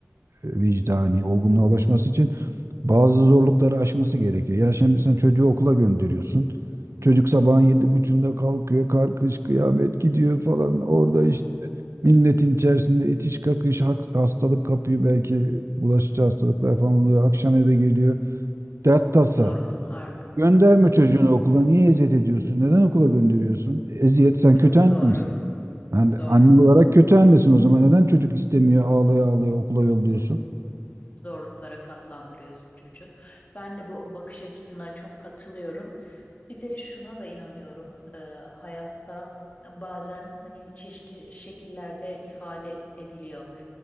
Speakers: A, on the right; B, on the left.
A: vicdani olgunluğa ulaşması için bazı zorlukları aşması gerekiyor. Ya şimdi sen çocuğu okula gönderiyorsun. Çocuk sabahın yedi buçuğunda kalkıyor, karkış kıyamet gidiyor falan. Orada
B: Hmm.
A: işte milletin içerisinde itiş kakış hak- hastalık kapıyor belki bulaşıcı hastalıklar falan oluyor. Akşam eve geliyor. Dert tasa.
B: Yorgun, argın.
A: Gönderme
B: Hmm.
A: çocuğunu okula. Niye eziyet ediyorsun? Neden okula gönderiyorsun? Eziyet. Sen
B: Çok
A: kötü anne
B: doğru,
A: misin? Yani
B: doğru.
A: anne olarak kötü annesin o zaman. Neden çocuk istemiyor ağlaya ağlaya okula yolluyorsun?
B: Hı hı. zorluklara katlandırıyorsun çocuğu. Ben de bu bakış açısına çok katılıyorum. Bir de şuna da inanıyorum. Ee, hayatta bazen hani çeşitli şekillerde ifade ediliyor.